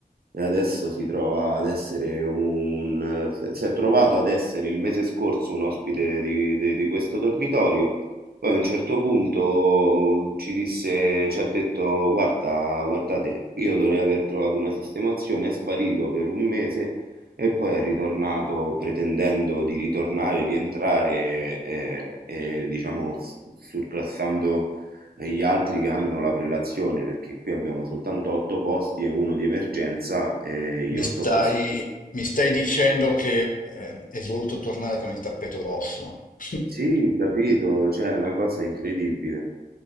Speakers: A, on the right; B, on the left.
A: e adesso si trova ad essere un... se- Si è trovato ad essere il mese scorso un ospite di, di- di questo dormitorio, poi a un certo punto ci disse, ci ha detto, guarda, guardate, io dovrei aver trovato una sistemazione, è sparito per un mese e poi è ritornato pretendendo di ritornare, rientrare e, e, diciamo s- surclassando e gli altri che hanno la prelazione, perché qui abbiamo soltanto otto posti e uno di emergenza e
B: mi
A: gli otto
B: stai,
A: posti.
B: mi stai dicendo che eh, è voluto tornare con il tappeto rosso. <laughs>
A: Sì, capito, cioè è una cosa incredibile,